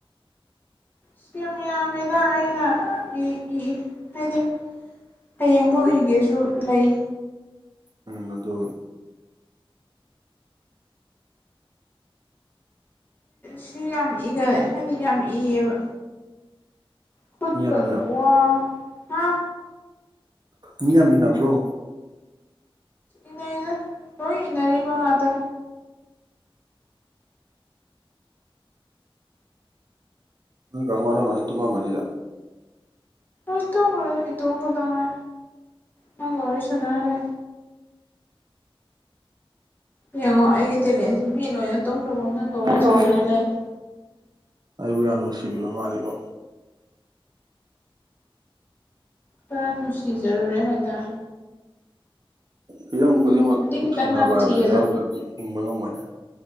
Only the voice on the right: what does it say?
ꯎꯝ ꯑꯗꯣ
ꯃꯤ ꯌꯥꯝ ꯏꯟꯅ
ꯃꯤꯌꯥꯝ ꯏꯟꯅꯕ꯭ꯔꯣ
ꯅ ꯀꯍꯅ ꯃ ꯇꯃ ꯃꯅꯤꯗ
ꯂꯣꯏ
ꯑꯩꯕꯨ ꯌꯥꯝ ꯅꯨꯡꯁꯤꯕꯤꯕ ꯃꯥꯜꯂꯤꯀꯣ
ꯍꯤꯔꯝ ꯈꯨꯗꯤꯡꯃꯛ ꯅꯨꯡꯁꯤꯟꯅꯅꯕ
ꯍꯥꯏꯕꯗꯨ
ꯌꯥꯎꯗ꯭ꯔꯗꯤ ꯍꯤꯡꯕ ꯉꯝꯃꯣꯏꯅꯦ